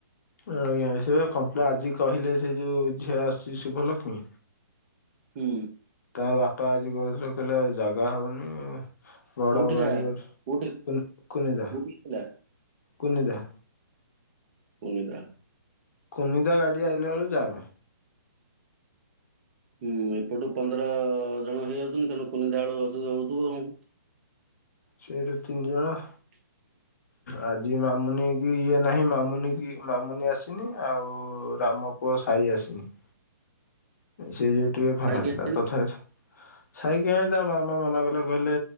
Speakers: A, on the left; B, on the right.
A: ଆଜ୍ଞା ସେ କମ୍ପ୍ଲେନ୍ ଆଜି କହିଲେ ସେ ଯେଉଁ ଝିଅ ଆସୁଛି ଶୁଭଲକ୍ଷ୍ମୀ।
B: ହୁଁ।
A: ତାଙ୍କ ବାପା ଆଜି କହୁଥିଲେ କହିଲେ ଜାଗା ହଉନି। ବଡ଼
B: କୋଉଠିକା
A: ବାରି କୁ
B: କୋଉଠି
A: କୁନିଦା
B: କୋଉଠି ଥିଲା
A: କୁନିଦା।
B: କୁନିଦା
A: କୁନିଦା ଗାଡ଼ି ଆଇଲା ବେଳକୁ ଯାମ
B: ହୁଁ ଏପଟୁ ପନ୍ଦର ଜଣ ହେଇଯାଉଛନ୍ତି ତେଣୁ କୁନିନ୍ଦା ବଳୁ ଅସୁବିଧା ହଉଥିବ ଆଉ
A: ସେ ଦି ତିନିଜଣ
B: ହୁଁ।
A: ଆଜି ମାମୁନି କି ଇଏ ନାହିଁ ମାମୁନି କି ମାମୁନି ଆସିନି ଆଉ ରାମ ପୁଅ ସାଇ ଆସିନି। ସେଇ ଯୋଉ ଟିକେ ଫାଙ୍କା
B: ଖାଇକି ଆସିଲେ
A: ଥିଲା ତଥାପି
B: <unintelligible>
A: ସାଇକି ହ ତା ମାମା ମନା କଲେ କହିଲେ